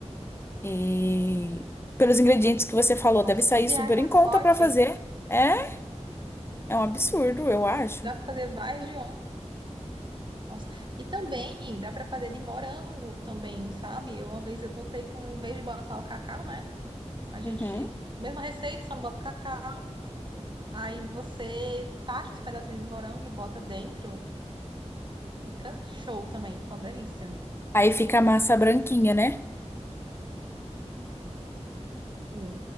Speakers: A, on the left; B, on the right.
A: E pelos ingredientes que você falou, deve
B: Nossa,
A: sair
B: 15
A: super
B: reais no
A: em conta
B: pote.
A: pra fazer. É, é um absurdo, eu acho.
B: Dá pra fazer mais de um. Nossa. E também dá pra fazer de morango também, sabe? Eu uma vez eu botei com, em vez de botar o cacau, né? A gente.
A: Uhum.
B: Mesma receita, só não bota o cacau. Aí você tacha os pedacinhos de morango e bota dentro. Fica show também, fica uma delícia.
A: Aí fica a massa branquinha, né?
B: E